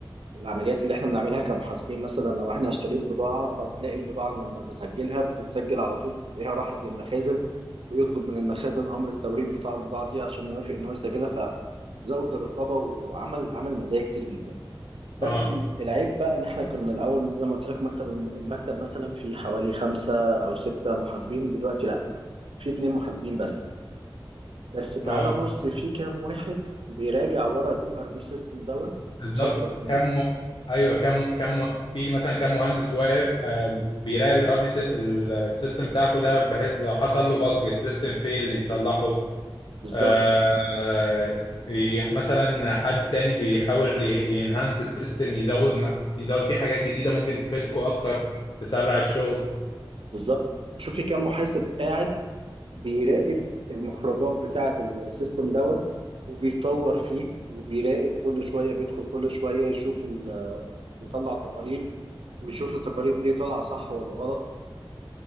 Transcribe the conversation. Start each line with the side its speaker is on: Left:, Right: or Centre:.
Right: العمليات اللي احنا بنعملها كمحاسبين مثلا لو احنا اشتريت بضاعة فبتلاقي البضاعة لما بسجلها بتتسجل على طول بتلاقيها راحت للمخازن بيطلب من المخازن امر التوريد بتاع البضاعة دي عشان يوافق ان هو يسجلها فزود الرقابة وعمل عمل مزايا كتير جدا بس
Left: اه
Right: ال- العيب بقى ان احنا كنا الاول زي ما قلت لك مكتب الم- المكتب مثلا في حوالي خمسة او ستة محاسبين دلوقتي لا في اتنين محاسبين بس بس تعال
Left: اه
Right: بص في كام واحد بيراجع ورا الاي ار بي سيستم دوت
Left: بالظبط
Right: كونسلتنت ليه
Left: كم و... ايوه كم كم و... في مثلا كم مهندس واقف آه بيراقب الار بي السيستم بتاعكو ده بحيث لو حصل له بج السيستم فيل يصلحه
Right: بالظبط
Left: آه آه، ي- مثلا حد تاني بيحاول ينهانس السيستم يزود م- يزود فيه حاجات جديدة ممكن تفيدكو اكتر تسرع الشغل
Right: بالظبط شوف في كام محاسب قاعد بيراقب المخرجات بتاعة السيستم دوت وبيطور فيه وبيراقب كل شوية بيدخل كل شوية يشوف ال- يطلع تقارير ويشوف التقارير دي طالعة صح ولا غلط